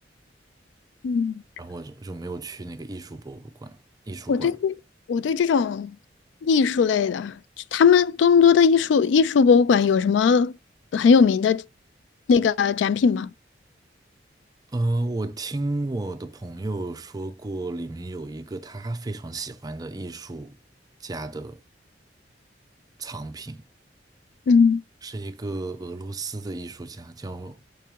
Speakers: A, on the left (about 75°); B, on the right (about 20°).
A: 嗯
B: 然后我就就没有去那个艺术博物馆、艺术馆。
A: 我对这我对这种艺术类的，就他们多伦多的艺术艺术博物馆有什么很有名的那个展品吗？
B: 呃，我听我的朋友说过，里面有一个他非常喜欢的艺术家的藏品，
A: 嗯，
B: 是一个俄罗斯的艺术家，叫